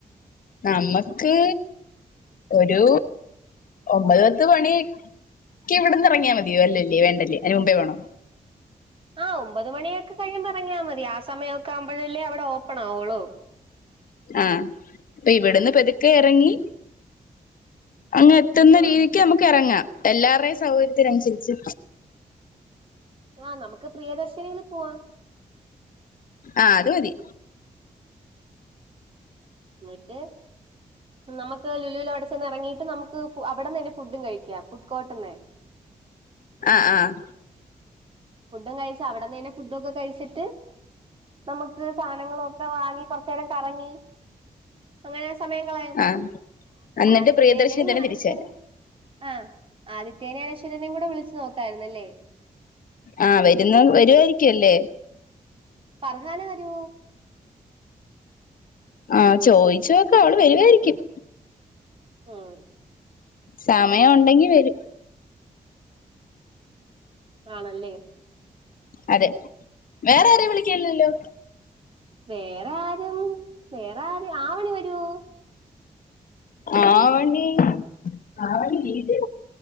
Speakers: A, on the left (about 75°); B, on the right (about 40°).
A: നമക്ക് ഒരു ഒമ്പത് പത്ത് മണി ക്ക്യ് ഇവട്ന്നെറങ്ങിയാ മതിയൊ? അല്ലല്ലേ വേണ്ടല്ലേ അയിന് മുമ്പേ വേണോ.
B: ആഹ് ഒമ്പത് മണിയൊക്കെ കഴിയുമ്പം ഇറങ്ങിയാ മതി. ആ സമയൊക്കെ ആവുമ്പഴല്ലേ അവടെ ഓപ്പണാവൊള്ളൂ.
A: ആഹ്. അപ്പ ഇവിട്ന്ന് പെതുക്കെ ഇറങ്ങി അങ്ങെ ട്ടുന്ന
B: ഉം
A: രീതിക്ക് നമുക്ക് എറങ്ങാം. എല്ലാവർടേയും സൗകര്യത്തിനനുസരിച്ച്.
B: ആഹ് നമുക്ക് പ്രിയദർശിനീല് പോവാ.
A: ആഹ് അത് മതി.
B: എന്നിട്ട് നമുക്ക് ലുലൂല് അവിടെ ചെന്ന് എറങ്ങീട്ട് നമുക്ക് അവിടെന്നന്നെ ഫുഡും കഴിക്കാ, ഫുഡ് കോർട്ട്ന്ന്.
A: ആഹ് ആഹ്
B: ഫുഡും കഴിച്ച്, അവിടന്നെന്നെ ഫുഡൊക്കെ കഴിച്ചിട്ട്, നമുക്ക് സാനങ്ങളു ഒക്കെ വാങ്ങി കൊറച്ചേരം കറങ്ങി അങ്ങനെ ആ സമയം കളായാം.
A: ആഹ് എന്നിട്ട്
B: ആദിത്യേനേം
A: പ്രിയദർശിനി തന്നെ
B: അനുഷ്യനും
A: തിരിച്ചു വരാം
B: ആഹ് ആദിത്യേനെ അനശ്വരനെം കൂടെ വിളിച്ച് നോക്കായിരുന്നല്ലേ.
A: ആഹ് വരുന്ന് വരുവായിരിക്കും അല്ലേ.
B: പറഞ്ഞാലെ വരൂ.
A: ആഹ് ചോയിച്ചോക്ക് അവള് വരുവായിരിക്കും.
B: ആഹ്
A: സമയം ഉണ്ടെങ്കി വരും.
B: ആണല്ലേ
A: അതെ. വേറാരെയും വിളിക്ണില്ലല്ലോ.
B: വേറെ ആരും, വേറെ ആര് ആവണി വരുവോ?
A: ആവണി ആവണി വീട്ടി